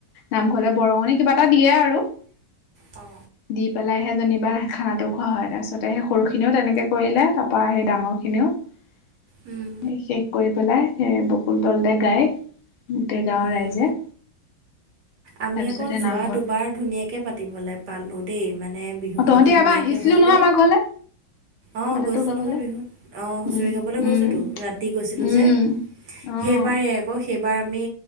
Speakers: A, on the left (about 80°); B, on the right (about 55°).
A: নামঘৰলে বৰঙণি কিবা এটা দিয়ে আৰু।
B: অঁ।
A: দি পেলাইহে যেনিবা খানাটো খোৱাা হয় তাৰ পিছতেহে সৰু- খিনিও তেনেকে কৰিলে তা পা সেই ডাঙৰ খিনিয়েও-
B: উম
A: কৰি পেলাই সেই বকুল তলতে গায় গোটেই গাঁৱৰ
B: উম
A: ৰাইজে।
B: আমি
A: তাৰপিছতে
B: আকৌ যোৱা
A: নামঘৰত
B: দুবাৰ ধুনীয়াকৈ পাতিবলৈ পালোঁ দেই মানে বিহুখনো
A: অ তহঁতি
B: ধুনীয়াকৈ
A: এবাৰ আহিছিলো
B: হৈ
A: নহয়
B: গ'ল।
A: আমাৰ ঘৰলে
B: অঁ
A: মই তাতো
B: গৈছোঁ
A: গাবলে
B: নহয় বিহুত অঁ হুঁচৰি
A: উম
B: গাবলৈ গৈছোঁতো
A: উম
B: ৰাতি গৈছিলোঁ
A: উম
B: যে।
A: অ
B: সেইবাৰেই আকৌ সেইবাৰ আমি